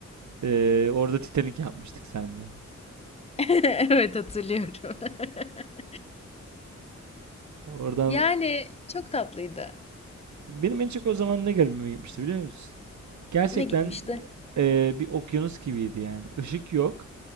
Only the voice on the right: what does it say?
Eee, orada Titanik yapmıştık seninle.
Oradan
Benim en çok o zaman ne garibime gitmişti biliyor musun? Gerçekten
e, bir okyanus gibiydi yani. Işık yok